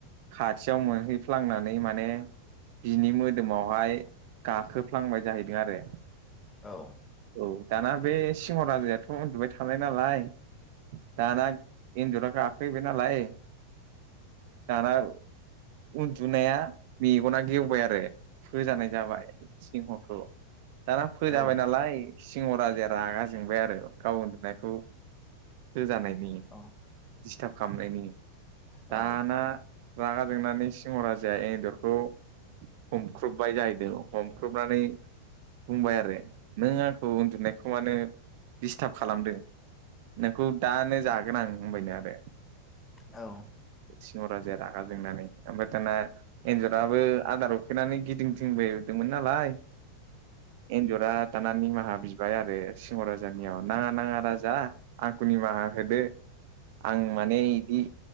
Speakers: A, on the right; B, on the left.
A: खाथियाव मोनहैफ्लांनानै माने बिनि मोदोमावहाय गाखोफ्लांबाय जाहैदों आरो
B: औ
A: औ दाना बे सिंह राजायाथ' उन्दुबाय थानाय नालाय दाना एनजरा गाखोहैबायनालाय दाना उन्दुनाया मेगना गेवबाय आरो होजानाय जाबाय सिंहखौ दाना फोजाबाय
B: औ
A: नालाय सिंह राजाया रागा जोंबाय आरो गाव उन्दुनायखौ होजानायनि डिस्टार्ब
B: औ
A: खालामनायनि।
B: औ
A: दाना रागा जोंनानै सिंह राजाया एनजरखौ हमख्रुबबाय जाहैदों हमख्रुबनानै बुंबाय आरो नों आंखौ उन्दुनायखौ मानो डिस्टार्ब खालामदों? नोंखौ दानो जागोन आं होनबायनो आरो।
B: औ
A: सिंह राजाया रागा जोंनानै ओमफ्राय दाना एनजराबो आदार उखैनानै गिदिं थिबायदोंमोन नालाय। एनजरा दाना निमाहा बिबाय आरो सिंह राजानियाव नाङा नाङा राजा आंखौ निमाहा होदो आं माने एदि